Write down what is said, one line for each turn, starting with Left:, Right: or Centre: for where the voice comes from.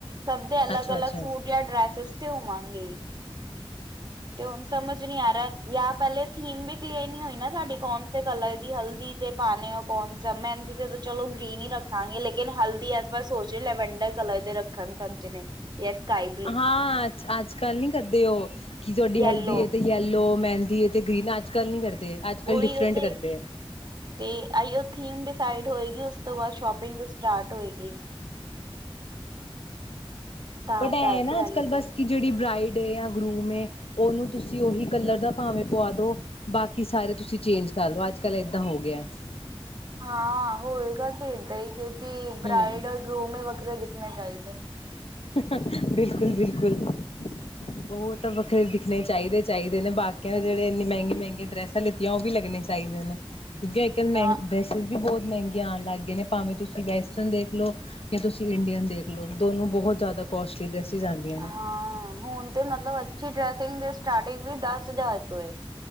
Right: ਸਭ ਦੇ ਅਲੱਗ-ਅਲੱਗ
Left: ਅੱਛਾ-ਅੱਛਾ।
Right: ਸੂਟ ਜਾਂ ਡਰੈਸਿਸ ਤੇ ਹੋਵਾਂ ਗੇਈ। ਤੇ ਹੁਣ ਸਮਝ ਨੀ ਆ ਰਿਹਾ ਯਾ ਪਹਿਲੇ ਥੀਮ ਵੀ ਕਲੀਅਰ ਨੀ ਹੋਈ ਨਾ ਸਾਡੀ ਯਾ ਕੌਣ ਸੇ ਕਲਰ ਦੀ ਹਲਦੀ ਤੇ ਪਾਣੇ ਓ ਕੌਣਸ ਮਹਿੰਦੀ ਦੇ ਤੇ ਚਲੋ ਗ੍ਰੀਨ ਹੀ ਰੱਖਾਂਗੇ। ਲੇਕਿਨ ਹਲਦੀ ਇਸ ਵਾਰ ਸੋਚ ਰ ਲੈਵਂਡਰ ਕਲਰ ਦੇ ਰੱਖਣ ਸਭ ਜਣੇ। ਯਾ ਸਕਾਏ।
Left: ਹਾਂ ਅੱਜ ਅੱਜ-ਕੱਲ ਨੀ ਕਰਦੇ ਓ ਕੀ ਤੁਹਾਡੀ
Right: ਯੈਲੋ
Left: ਹਲਦੀ ਏ ਤੇ ਯੈਲੋ, ਮਹਿੰਦੀ ਅ ਤੇ ਗ੍ਰੀਨ ਅੱਜ-ਕੱਲ ਨੀ ਕਰਦੇ। ਅੱਜ-ਕੱਲ੍ਹ
Right: ਉਈ
Left: ਡਿਫਰੈਂਟ
Right: ਓ ਤੇ
Left: ਕਰਦੇ ਹੈ।
Right: ਤੇ ਏਓ ਥੀਮ ਡਿਸਾਈਡ ਹੋਏਗੀ ੳਸ ਤੋਂ ਬਾਅਦ ਸ਼ੋਪਿੰਗ ਸਟਾਰਟ ਹੋਏਗੀ। ਤਾਂ
Left: ਬਟ ਐ
Right: ਕਰਕੇ
Left: ਨਾ ਅੱਜ-ਕੱਲ੍ਹ
Right: ਹਾਲੇ
Left: ਬਸ
Right: ਤਾਂ
Left: ਕਿ ਜਿਹੜੀ ਬਰਾਈਡ ਜਾਂ ਗਰੂਮ ਹੈ ਉਹਨੂੰ ਤੁਸੀਂ ਉਹੀ ਕਲਰ ਦਾ ਭਾਵੇਂ ਪਵਾ ਦੋ ਬਾਕੀ ਸਾਰੇ ਤੁਸੀਂ ਚੇਂਜ ਕਰ ਲੋ ਅੱਜ-ਕੱਲ ਏਦਾਂ ਹੋ ਗਿਐ।
Right: ਹਾਂ ਹੋਏਗਾ ਤੇ ਏਦਾ ਈ ਕਿਉਂਕਿ
Left: ਹੂੰ।
Right: ਬਰਾਈਡ ਓਰ ਗਰੂਮ ਵੱਖਰੇ ਦਿਖਣੇ ਚਾਹੀਦੇ।
Left: ਬਿਲਕੁਲ-ਬਿਲਕੁਲ ਉਹ ਤਾਂ ਵੱਖਰੇ ਦਿਖਣੇ ਚਾਹੀਦੇ ਚਾਹੀਦੇ ਨੇ ਬਾਕੀਆਂ ਦੇ ਜਿਹੜੇ ਇੰਨੇ ਮਹਿੰਗੇ-ਮਹਿੰਗੇ ਡਰੈਸ ਥੱ ਲੀਤੀਆਂ ਉਹ ਵੀ ਲੱਗਣੇ ਚਾਹੀਦੇ ਨੇ ਦੂਜੀਆਂ ਇਕ ਨੇ
Right: ਹਾਂ
Left: <unintelligible> ਫਿਰ <unintelligible> ਵੀ ਬਹੁਤ ਮਹਿੰਗੀਆਂ ਆਣ ਲੱਗੀਆ ਨੇ ਭਾਵੇਂ ਤੁਸੀਂ ਵੈਸਟਰਨ ਦੇਖ ਲੋ ਯਾਂ ਤੁਸੀਂ ਇੰਡੀਅਨ ਦੇਖ ਲੋ ਦੋਨੋ ਬਹੁਤ ਜ਼ਿਆਦਾ ਕੋਸਟਲੀ ਡ੍ਰੇਸਿੰਗ ਆਦੀਆਂ।
Right: ਹਾਂ ਹੁਣ ਤੇ ਮਤਲਬ ਅੱਛੀ ਡਰੈਸਿੰਗ ਦੀ ਸਟਾਰਟਿੰਗ ਵੀ ਦਸ ਹਜ਼ਾਰ ਤੋਂ ਏ।